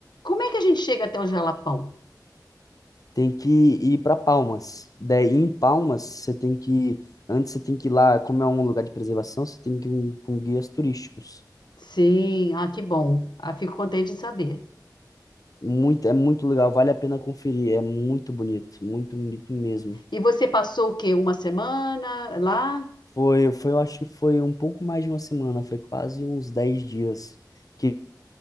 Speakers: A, on the left; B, on the left.
A: como é que a gente chega até o Jalapão?
B: Tem que ir para Palmas. Daí em Palmas, você tem que. Antes você tem que ir lá, como é um lugar de preservação, você tem que ir com com guias turísticos.
A: Sim, ah, que bom. Ah, fico contente em saber.
B: Muito, é muito legal, vale a pena conferir. É muito bonito, muito bonito mesmo.
A: E você passou o quê? Uma semana lá?
B: Foi, foi, eu acho que foi um pouco mais de uma semana, foi quase uns 10 dias que